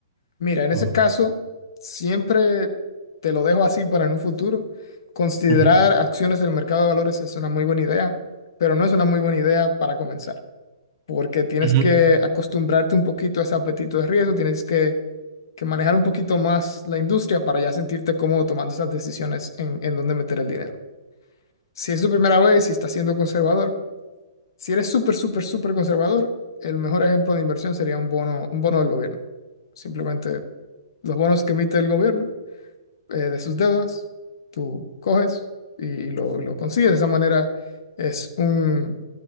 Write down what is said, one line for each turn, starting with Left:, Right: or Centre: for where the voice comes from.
Left: Mira, en ese
Right: Ujú.
Left: caso, siempre te lo dejo así para en un futuro. Considerar
Right: Ujú,
Left: acciones del mercado de valores es una muy buena idea, pero no es una muy buena idea para comenzar, porque tienes
Right: ujú,
Left: que acostumbrarte un poquito a ese apetito de riesgo, tienes que, que manejar un poquito más la industria para ya sentirte cómodo tomando esas decisiones en, en dónde meter el dinero. Si es tu primera vez y estás siendo conservador, si eres súper, súper, súper conservador, el mejor ejemplo de inversión sería un bono, un bono del gobierno. Simplemente los bonos que emite el gobierno eh, de sus deudas, tú coges y lo, lo consigues. De esa manera es un,